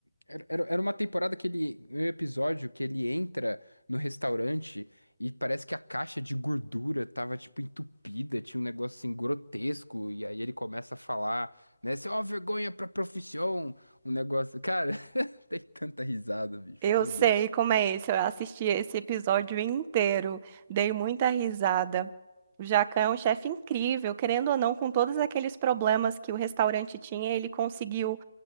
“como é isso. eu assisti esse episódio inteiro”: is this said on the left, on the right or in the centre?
Right